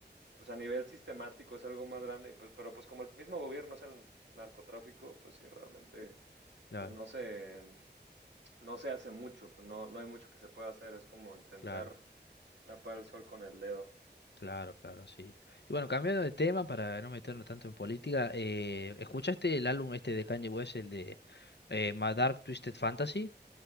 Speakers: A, on the right; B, on the left.
A: pues a nivel sistemático es algo más grande. y pues- pero pues como el mismo gobierno es el narcotráfico, pues sí, realmente,
B: claro,
A: pues no se, no se hace mucho. Pues no, no hay mucho que se pueda hacer. Es como intentar
B: claro,
A: tapar el sol con el dedo.
B: claro, claro, sí. Y bueno, cambiando de tema para no meternos tanto en política, eh, ¿escuchaste el álbum este de Kanye West, el de eh, My Dark Twisted Fantasy?